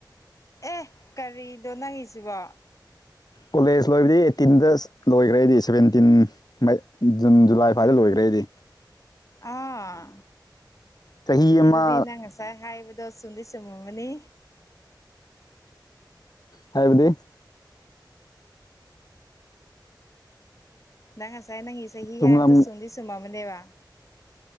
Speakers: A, on the left (about 45°); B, on the left (about 60°).
A: ꯑꯦ ꯀꯔꯤꯗꯣ ꯅꯪꯒꯤꯁꯤꯕꯣ꯫
B: ꯀꯣꯂꯦꯖ ꯂꯣꯏꯕꯗꯒꯤ ꯑꯦꯇꯤꯟꯗꯁ ꯂꯣꯏꯒ꯭ꯔꯦ ꯑꯩꯗꯤ ꯁꯕꯦꯟꯇꯤꯟ꯫ ꯃꯥꯏ ꯖꯨꯟ ꯖꯨꯂꯥꯏ ꯐ꯭ꯋꯥꯏꯗ ꯂꯣꯏꯈ꯭ꯔꯦ ꯑꯩꯗꯤ꯫
A: ꯑꯥ
B: ꯆꯍꯤ ꯑꯃ
A: ꯑꯗꯨꯗꯤ ꯅꯪ ꯉꯁꯥꯏ ꯍꯥꯏꯕꯗꯣ ꯆꯨꯝꯗꯤ ꯆꯨꯝꯃꯝꯃꯅꯤ
B: ꯍꯥꯏꯕꯗꯤ
A: ꯅꯪ ꯉꯁꯥꯏ ꯅꯪꯒꯤ ꯆꯍꯤ
B: ꯆꯨꯝꯂꯝ
A: ꯍꯥꯏꯕꯗꯣ ꯆꯨꯝꯗꯤ ꯆꯨꯝꯃꯝꯃꯅꯦꯕ